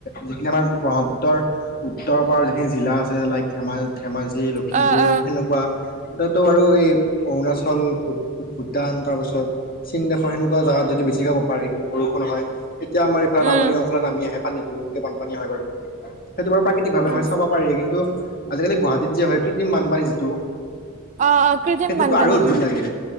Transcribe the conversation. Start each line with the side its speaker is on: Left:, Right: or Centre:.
Left: যিখিনি আমাৰ ব্ৰহ্মপুত্ৰৰ উত্তৰ পাৰৰ যিখিনি জিলা আছে লাইক ধেমা ধেমাজি লখিমপুৰ
Right: অ', অ',
Left: সেনেকুৱা তথাতো বাৰু এই অৰুণাচল, ভূ ভূটান তাৰপাছত চীন দেশৰ সেনেকুৱা জেগাত যদি বেছি ছিকে হ'ব পাৰে বৰষুণ হয় তেতিয়া আমাৰ এইফালে
Right: উম,
Left: নামনি অংশলে নামি আহে পানী দোবিনকে বানপানী হয় বাৰু সেইটো বাৰু প্ৰাকৃতিক ভাৱে
Right: উম,
Left: হয় চাব পাৰি কিন্তু আজিকালি গুৱাহাটীত যে হয় কৃত্ৰিম বানপানী যিটো
Right: অ অ কৃত্ৰিম
Left: সেইটোতো
Right: বানপানী
Left: আৰু অদ্ভুত
Right: উম
Left: লাগে